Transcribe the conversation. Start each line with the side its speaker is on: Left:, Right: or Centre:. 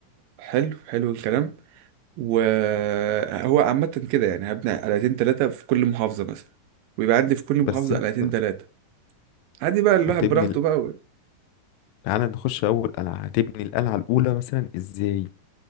Right: حلو حلو الكلام وهو عامة كده يعني هبني قلعتين تلاتة في كل محافظة مثلا ويبقى عندي في كل محافظة
Left: بس انت
Right: قلعتين تلاتة عادي بقى الواحد
Left: هتبني
Right: براحته بقى و...
Left: تعالى نخش اول قلعه هتبني القلعه الاولى مثلا ازاي